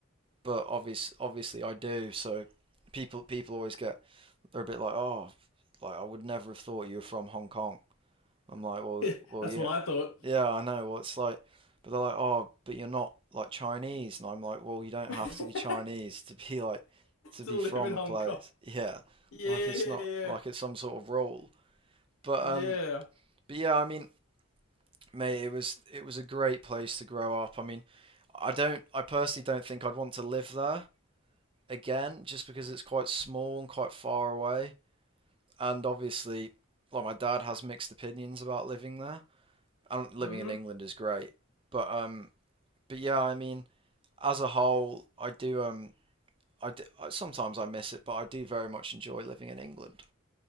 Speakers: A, on the right; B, on the left.
A: but obvious obviously I do. So people people always get they're a bit like oh like I would never have thought you were from Hong Kong I'm like,
B: <laughs>
A: well, well,
B: That's
A: yeah,
B: what I thought.
A: yeah, I know. Well, it's like, but they're like, oh, but you're not like Chinese, and I'm like, well, you don't
B: <laughs> to
A: have to be Chinese to be like, to be
B: live
A: from
B: in Hong
A: a place.
B: Kong.
A: Yeah,
B: Yeah,
A: like it's
B: yeah,
A: not
B: yeah.
A: like it's some sort of rule. But
B: Yeah.
A: um, but yeah, I mean, mate, it was it was a great place to grow up. I mean, I don't, I personally don't think I'd want to live there again, just because it's quite small and quite far away, and obviously, like my dad has mixed opinions about living there. I do living
B: Mm-hmm.
A: in England is great, but um, but yeah, I mean, as a whole, I do um, I do, sometimes I miss it, but I do very much enjoy living in England.